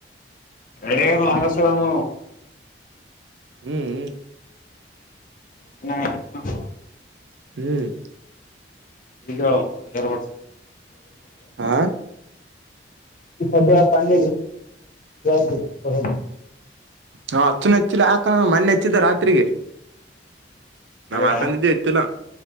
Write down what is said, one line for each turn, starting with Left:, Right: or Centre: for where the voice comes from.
Left: ಎಡ ಲಂಗಸಾಮ.
Right: ಹ್ಮ್್ಮ.
Left: <inaudible> <unintelligible>
Right: ಹ್ಮ್.
Left: ಈಗ ಎರ್ ವರ್ಸಸ.
Right: ಹಾ
Left: ಈ ಸ ಪಂಡ ಗ್ರಹ.
Right: ಹಾ ಹಚ್ಚನ ಹಚ್ಚಿಲಿ ಹಾಕಣ ಮನ್ನೆಚ್ಚಿದ್ದ ರಾತ್ರಿಗೆ.
Left: ಬರ್ತಿರ
Right: ನಾ ಹಕಂದಿದ್ದೆ ಇತ್ತುಲಾ